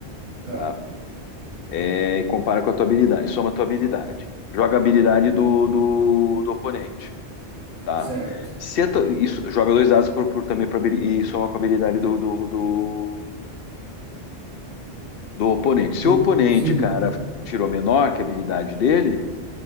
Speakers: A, on the right (about 70°); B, on the left (about 65°).
A: Tá,
B: tá? é, e compara com a tua habilidade, soma a tua habilidade. Joga a habilidade do, do, do oponente, tá?
A: certo.
B: Se a tua- isso, joga dois dados por, por- também pra, habili- e soma com a habilidade do, do, do, do oponente. Se
A: Tô-
B: o oponente,
A: sim,
B: cara, tirou menor que a habilidade dele,